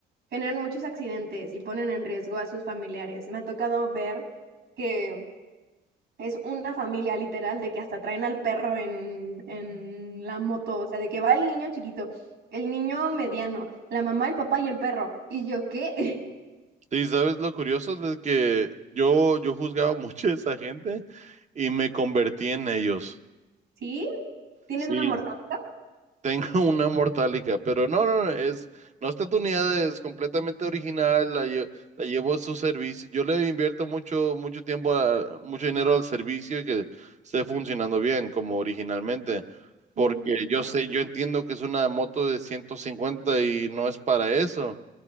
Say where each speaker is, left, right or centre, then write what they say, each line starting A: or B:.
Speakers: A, on the right (about 70°); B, on the right (about 35°).
A: generan muchos accidentes y ponen en riesgo a sus familiares. Me ha tocado ver que es una familia literal de que hasta traen al perro en, en la moto, o sea, de que va el niño chiquito, el niño mediano, la mamá, el papá y el perro. ¿Y yo qué?
B: Y sabes lo curioso de que yo, yo juzgaba <laughs> mucho a esa gente y me convertí en ellos.
A: <laughs> ¿Sí? ¿Tienes
B: Sí.
A: una mortal?
B: Tengo <laughs> una mortálica, pero no, no, no, es, no está tuneada, es completamente original, la, lle- la llevo a su servicio. Yo le invierto mucho, mucho tiempo, a- mucho dinero al servicio y que esté funcionando bien como originalmente,
A: Mm,
B: porque
A: qué
B: yo
A: feo.
B: sé, yo entiendo que es una moto de 150 y no es para eso,